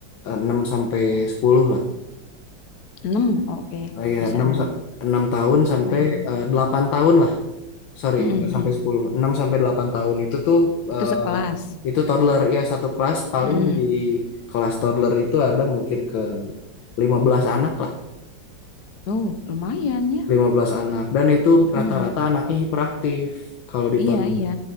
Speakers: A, on the left (about 80°); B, on the left (about 60°).
A: eh, 6 sampai 10 lah.
B: 6 oke
A: Eh, Ya
B: bisa
A: enam
B: enam,
A: sa- 6 tahun sampai
B: bayang
A: eh, 8 tahun lah. Sorry,
B: hmm,
A: nggak
B: hmm.
A: sampai sepuluh 6 sampai 8 tahun itu tuh
B: itu
A: eh,
B: sekelas
A: itu toddler ya satu kelas paling
B: hmm.
A: di kelas toddler itu ada mungkin ke 15 anak lah.
B: oh lumayan ya
A: lima belas anak dan itu
B: hmm.
A: rata-rata anaknya hiperaktif kalau di
B: iya
A: tahun
B: iya